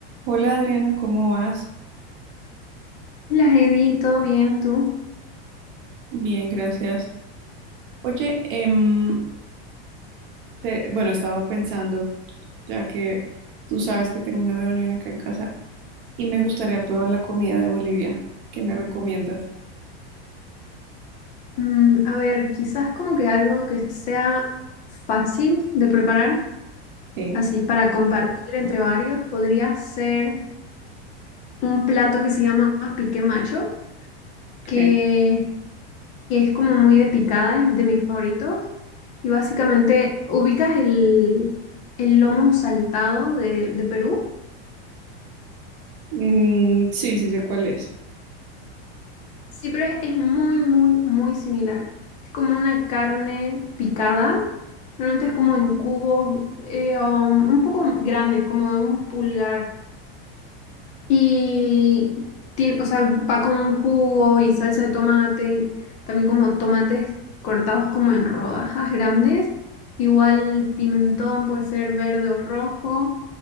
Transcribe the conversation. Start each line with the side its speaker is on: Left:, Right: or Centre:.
Right: Hola Adriana, ¿cómo vas?
Left: las Heidi, ¿todo bien tú?
Right: Bien, gracias. Oye, em, te- bueno, estaba pensando, ya que tú sabes que tengo una reunión acá en casa y me gustaría probar la comida de Bolivia. ¿Qué me recomiendas?
Left: Mm, a ver, quizás como que algo que sea fácil de preparar,
Right: Sí,
Left: así para compartir entre varios, podría ser un plato que se llama pique macho,
Right: ok.
Left: que, que es como muy de picada, es de mis favoritos. Y básicamente, ¿ubicas el, el lomo saltado de, de Perú?
Right: Mm, sí, sí sé cuál es.
Left: Sí, pero es, es muy, muy, muy similar. Es como una carne picada. Normalmente es como en cubos eh, um, un poco grandes, como de un pulgar. Y tiene, o sea, va con un jugo y salsa de tomate, también como tomates cortados como en rodajas grandes, igual pimentón puede ser verde o rojo,